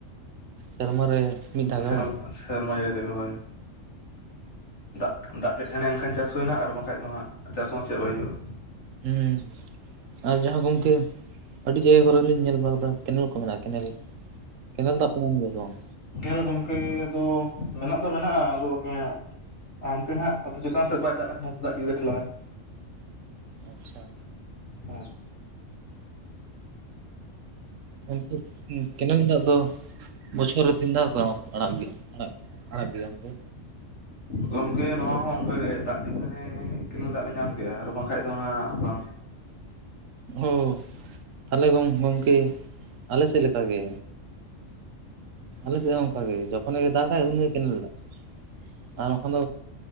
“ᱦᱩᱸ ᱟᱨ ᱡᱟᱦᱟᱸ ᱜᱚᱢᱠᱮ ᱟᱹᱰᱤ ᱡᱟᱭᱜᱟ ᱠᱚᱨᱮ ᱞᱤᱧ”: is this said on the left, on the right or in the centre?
Right